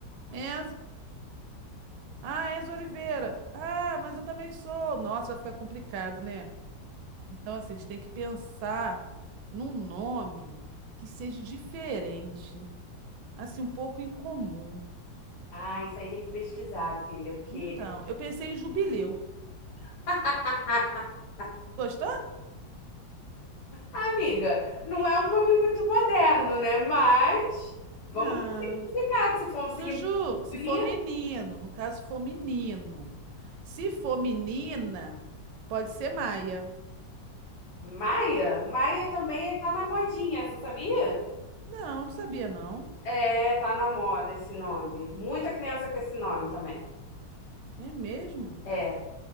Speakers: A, on the right (about 75°); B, on the left (about 60°).
A: Enzo, ah, Enzo Oliveira. Ah, mas eu também sou. Nossa, vai ficar complicado, né? Então, assim, a gente tem que pensar num nome que seja diferente, assim, um pouco incomum.
B: Ah, isso aí tem que pesquisar, filha, porque.
A: Então, eu pensei em Jubileu.
B: <laughs>
A: Gostou?
B: Amiga, não é um nome muito moderno, né? Mas vamos
A: Não.
B: pro significado. Se for um
A: Juju,
B: significado
A: se
B: bonito.
A: for menino, no caso, se for menino. Se for menina, pode ser Maia.
B: Maia? Maia também tá na modinha, você sabia?
A: Não, não sabia, não.
B: É, tá na moda esse nome. Muita criança com esse nome também.
A: É mesmo?
B: É.